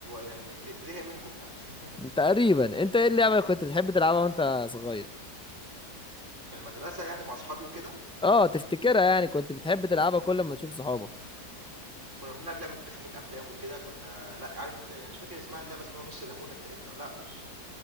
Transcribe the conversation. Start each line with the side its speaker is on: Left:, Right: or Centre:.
Right: يعني ليه- زهق منكم يعني <laughs>
Centre: تقريبا انت ايه اللعبة اللي كنت بتحب تلعبها وانت صغير
Right: في المدرسه يعني مع اصحابي وكده
Centre: اه تفتكرها يعني كنت بتحب تلعبها كل ما تشوف صحابك
Right: كنا بنلعب لعبه تخمين افلام وكده كنا لا عارف انت انا مش فاكر اسمها اللعبه اسمها نص ليمونه تقريبا او لا مش